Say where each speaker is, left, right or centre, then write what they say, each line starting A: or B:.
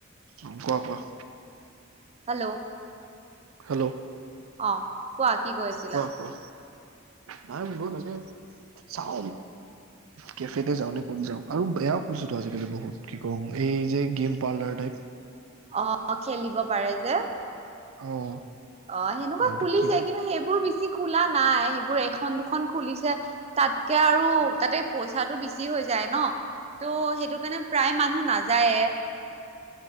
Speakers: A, on the right; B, on the right.
A: অ, কোৱা-কোৱা।
B: হেল্ল',
A: হেল্ল',
B: অ কোৱা কি কৈ আছিলা?
A: কোৱা কোৱা নাই বোলো তাকে চাওঁ কেফেতে যাওঁ নে ক'ত যাওঁ আৰু বেয়া কৰিছেতো আজিকালি বহুত কি কম এই যে গেম পাৰ্লাৰ টাইপ
B: অ' খেলিব পাৰে যে।
A: অ'।
B: অ' সেনেকুৱা
A: এইটো
B: খুলিছে
A: কি বুলি
B: কিন্তু সেইবোৰ বেছি খোলা নাই সেইবোৰ এখন দুখন খুলিছে তাতকে আৰু তাতে পইচাটো বেছি হৈ যায় ন ত' সেইটো কাৰণে প্ৰায় মানুহ নাযায়ে।